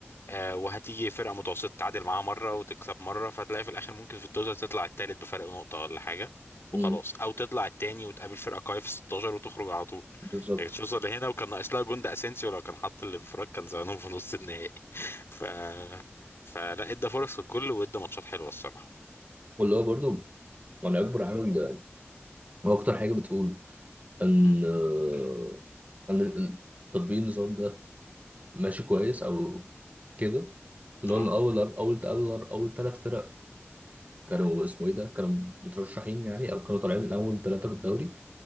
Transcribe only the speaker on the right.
امم
بالظبط
واللي هو برضه يعني أكبر عامل ده هو أكتر حاجة بتقول إن
آه، إن ال- تطبيق النظام ده ماشي كويس أو كده اللي
هو إن أول أول أول أول ثلاث فرق كانوا اسمه إيه ده كانوا مترشحين يعني أو كانوا طالعين من أول ثلاثة في الدوري